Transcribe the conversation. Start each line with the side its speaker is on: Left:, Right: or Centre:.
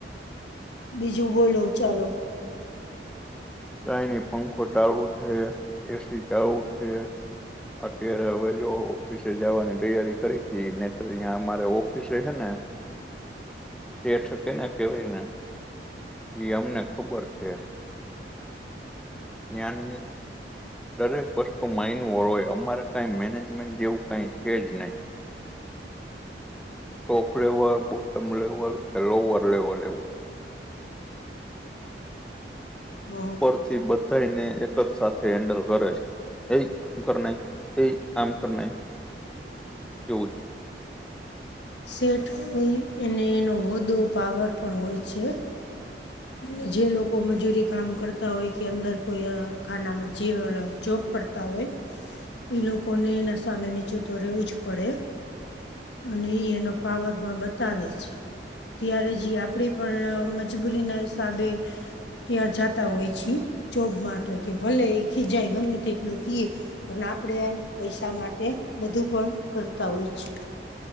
Left: બીજું બોલો ચાલો.
Centre: કાયની પંખો ચાલુ છે, એસી ચાલુ છે. અત્યારે હવેજો ઓફિસે જવાની તૈયારી કરી તી, નેત અમારે ઓફિસે હે ને
Left: <inaudible>
Centre: પેઠ કેને કહેવાયને, એ અમને ખબર છે. ન્યાન દરેક વસ્તુ માંયને હોય, અમારે કઈ મેનેજમેન્ટ જેવું કઈ છેજ નહી. ટોપ લેવલ, બોટમ લેવલ, કે લોવર લેવલ એવું
Left: અ
Centre: ઉપરથી બધાને એકજ સાથે હેન્ડલ કરે છે. કંઇક ઘટ નહિ, કંઈક આમ તેમ નહીં, એવુંજ
Left: સેઢ હોય અને એનો હો, પાવર પણ હોય છે. અને જે લોકો મજૂરી કામ કરતા હોય કે અંદર કોઈ અ ખાનામાં જે જોબ કરતા હોય, એ લોકોને એના સામે નીચે તો રહેેવુંજ પડે. અને એઈ એનો પાવર પણ બતાવે છે. ત્યારે જ ઈ આપણે પણ મજબૂરી ના હિસાબે ત્યાં જતા હોય છે જોબ માટે, કે ભલે એ ખીજાય ગમે તેટલું તે કિયે પણ આપડે પૈસા માટે બધું પણ કરતા હોય છે.